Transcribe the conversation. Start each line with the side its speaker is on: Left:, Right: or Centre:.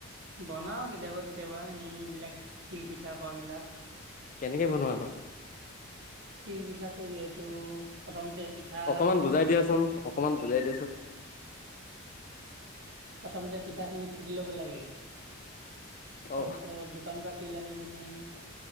Right: বনাও কেতিয়াবা কেতিয়াবা এনেই এইবিলাক তিল পিঠা কৰা বিলাক।
Left: কেনেকে বনোৱা নো?
Right: তিল পিঠাটো যে এইটো প্ৰথমতে পিঠা
Left: অকমান বুজাই দিয়াচোন অকমান বুজাই দিয়াচোন
Right: প্ৰথমতে পিঠা খিনি ঘুটি ল'ব লাগে তাৰপিছত-
Left: অ
Right: দোকানপা তিল আনি কিনি